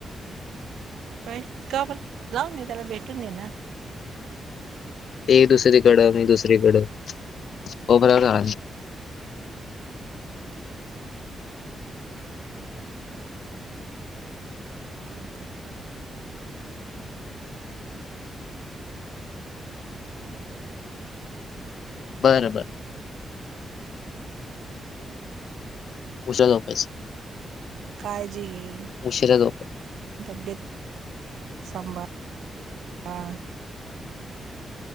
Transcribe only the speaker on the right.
काही काबर जाऊ नाही त्याला भेटून ये ना
हो का बर बर
काळजी घे
तब्येत संभळ हा